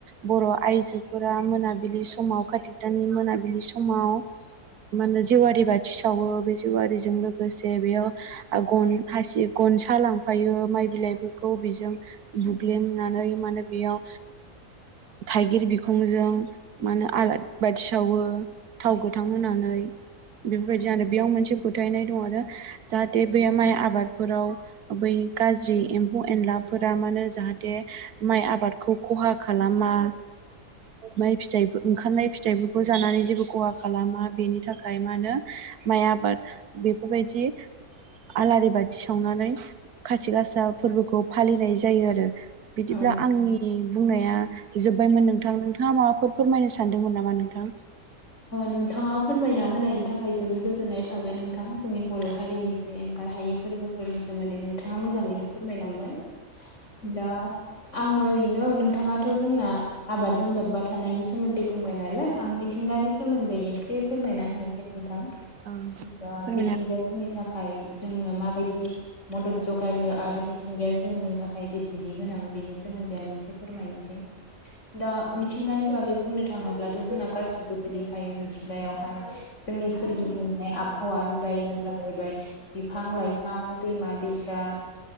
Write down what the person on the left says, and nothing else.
औ
नोंथाङा फोरमायना होनायनि थाखाय जोबोद गोजोननाय थाबाय नोंथां जोंनि बर' हारिनि जे ओंखारहायै फोरबोफोरनि सोमोन्दै नोंथाङा मोजाङैनो फोरमायलांबाय। दा आङो ओरैनो नोंथाङाथ' जोंना आबादजों लोब्बा थानायनि सोमोन्दै बुंबाय नालाय आं -' मिथिंगानि सोमोन्दै एसे फोरमायना होनोसै नोंथां
दा
मिथिंगायाव
नि थाखाय जोंनो माबायदि मदद जगायो आरो मिथिंगाया जोंनि थाखाय बेसेदि गोनां बेनि सोमोन्दै आं एसे फोरमायनोसै। दा मिथिंगानि बागै बुंनो थाङोब्लाथ' जोंना गासिबो गोग्लैखायो मिथिंगायावहाय जोंनि सोरगिदिं मोननाय आब आबहावा जायनो जाहैबाय बिफां लाइफां दैमा दैसा